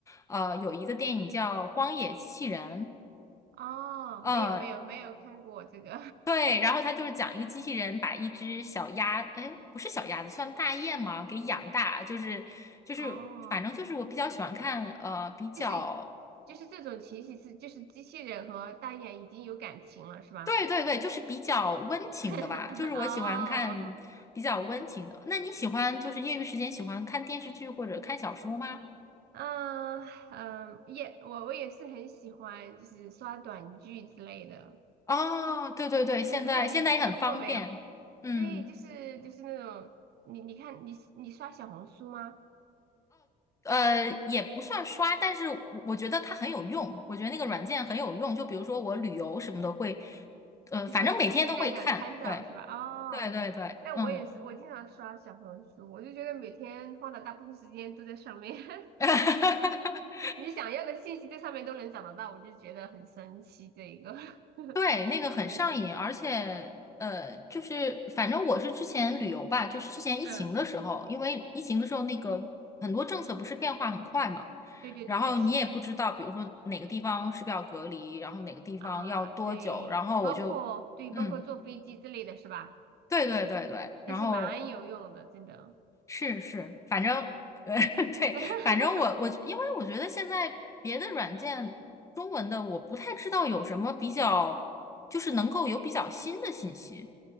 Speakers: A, on the left; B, on the right.
A: 呃，有一个电影叫《荒野机器人》，
B: 哦，
A: 呃，
B: 没有没有没有看过这个，
A: 对，然后它就是讲一个机器人把一只小鸭，哎，不是小鸭子，算大雁吗？给养大，就是就是，
B: <laughs> 哦，
A: 反正就是我比较喜欢看，呃，比较。
B: 就是就是这种情形是就是机器人和单眼已经有感情了是吧？
A: 对对对，就是比较温情的吧，
B: <laughs>
A: 就是我喜欢看比较温情的。
B: 哦，
A: 那你喜欢就是业余时间喜欢看电视剧或者看小说吗？
B: 嗯嗯，也我我也是很喜欢就是刷短剧之类的，
A: 哦，对对对，
B: 就是我不知道你听说过没有？
A: 现在现在也很方便，嗯，
B: 对，就是就是那种你你看你你刷小红书吗？
A: 呃，也不算刷，但是我我觉得它很有用，我觉得那个软件很有用，就比如说我旅游什么的会，呃，
B: 就是根据那个参照是吧？
A: 反正每天都会看，对
B: 哦，
A: 对对对，
B: 那我也是，
A: 嗯。
B: 我经常刷小红书，我就觉得每天花的大部分时间都在上面，<laughs>
A: <laughs>
B: 你想要的信息在上面都能找得到，我就觉得很神奇。这一个 <laughs>
A: 对，那个很上瘾，
B: 没发现，
A: 而且呃，就是反正我是之前旅游吧，就是之前疫情的时候，
B: 嗯，
A: 因为疫情的时候那个很多政策不是变化很快嘛，
B: 对对对对，
A: 然后你也不知道，
B: 是的
A: 比如说哪个地方是不是要隔离，然后哪个地方要多久，
B: 啊，对，
A: 然后我就
B: 包括对，
A: 嗯，
B: 包括坐飞机之类的是吧？
A: 对对对对，然后
B: 也是蛮有用的，真的。
A: 是是，反正呃 <laughs> 对，
B: <laughs>
A: 反正我我因为我觉得现在别的软件中文的我不太知道有什么比较，就是能够有比较新的信息。